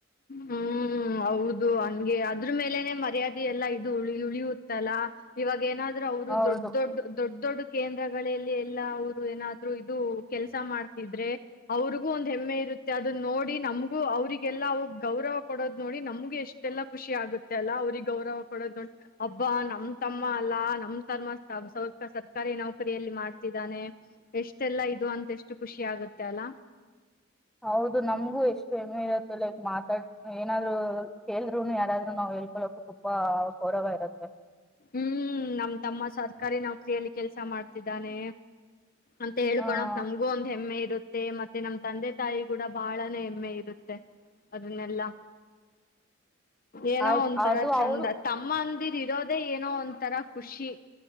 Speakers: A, on the left (about 45°); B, in the centre.
A: ಹ್ಮ್ ಹೌದು ಹಂಗೆ ಅ ಅದ್ರ ಮೇಲೆನೆ ಮರ್ಯಾದೆ ಎಲ್ಲಾ ಇದು ಉಳಿಯುತ್ತಲ್ಲಾ ಇವಾಗ ಏನಾದ ಅವರು
B: ಹೌದು
A: ದೊಡ್ಡ ದೊಡ್ಡ ದೊಡ್ಡ ದೊಡ್ಡ ಕೇಂದ್ರಗಳಲ್ಲಿ ಎಲ್ಲ ಅವರು ಏನಾದ್ರು ಇದು ಕೆಲಸ ಮಾಡ್ತಿದ್ರೆ ಅವ್ರಿಗೂ ಒಂದ್ ಹೆಮ್ಮೆ ಇರುತ್ತೆ ಅದನ್ನ ನೋಡಿ ನಮಗೂ ಅವ್ರಿಗೆ ಎಲ್ಲ ಅವ ಗೌರವ ಕೊಡೋ ನೋಡಿ ನಮ್ಗೆ ಎಷ್ಟೆಲ್ಲ ಖುಷಿ ಆಗುತ್ತೆ ಅಲ್ಲ ಅವ್ರಿಗೆ ಗೌರವ ಕೊಡೋದ್ ನೋಡಿ ಹಬ್ಬ ನಮ್ ತಮ್ಮ ಅಲ್ಲಾ ನಮ್ ತರ್ಮ ಸ ಸರ್ಕಾರಿ ನೌಕರಿಯಲ್ಲಿ ಮಾಡ್ತಿದ್ದಾನೆ ಎಷ್ಟೆಲ್ಲಾ ಇದು ಅಂತ ಎಷ್ಟು ಖುಷಿ ಆಗುತ್ತೆ ಅಲ್ಲ
B: ಹೌದು ನಮ್ಗೂ ಎಷ್ಟು ಹೆಮ್ಮೆ ಇರುತ್ತೆ ಲೈಕ್ ಮಾತಾಡ್ ಏನಾದ್ರು ಕೇಳ್ರುನು ಯಾರಾದ್ರರು ನಾವ್ ಹೇಳ್ಕೊಳಕು ತುಂಬಾ ಗೌರವ ಇರುತ್ತೆ
A: ಹ್ಮ್ ನಮ್ ತಮ್ಮ ಸರ್ಕಾರಿ ನೌಕರಿಯಲ್ಲಿ ಕೆಲ್ಸ ಮಾಡ್ತಿದ್ದಾನೆ ಅಂತ ಹಕಳಕ್
B: ಹ್ಮ್
A: ನಮ್ಗೂ ಒಂದ್ ಹೆಮ್ಮೆ ಇರುತ್ತ ಮತ್ತೆ ನಮ್ ತಂದೆ ತಾಯಿ ಕೂಡ ಬಹಳಾನ ಹೆಮ್ಮೆ ಇರುತ್ತೆ ಅದನ್ನೆಲ್ಲಾ ಏನೋ
B: ಆಯ್ತ್
A: ಒಂಂತರ
B: ಅದು
A: ಚಂದ
B: ಅವರು
A: ತಮ್ಮ ಅಂದಿ ಇರೋದೇ ಏನೋ ಒಂತರ ಖುಷಿ